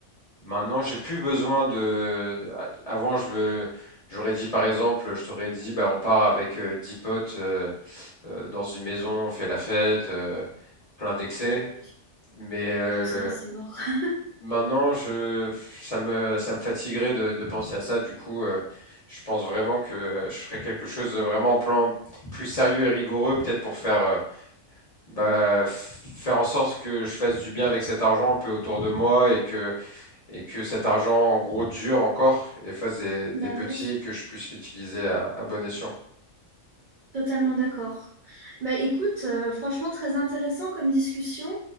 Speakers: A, on the left; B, on the right.
A: Maintenant, j'ai plus besoin de. Avant, je j'aurais dit par exemple, je t'aurais dit, bah, on part avec euh, 10 potes euh, euh, dans une maison, on fait la fête, euh, plein d'excès.
B: Ah ouais,
A: Mais euh,
B: maintenant, c'est mort. <laughs>
A: maintenant, je ça me ça me fatiguerait de, de penser à ça. Du coup, euh, je pense vraiment que euh, je ferais quelque chose de vraiment en plan plus sérieux et rigoureux, peut-être pour faire euh, bah, f- faire en sorte que je fasse du bien avec cet argent un peu autour de moi et que et que cet argent, en gros, dure encore et fasse des, des
B: Bah
A: petits
B: ouais.
A: et que je puisse l'utiliser à, à bon escient.
B: Totalement d'accord. Bah écoute, euh, franchement très intéressant comme discussion.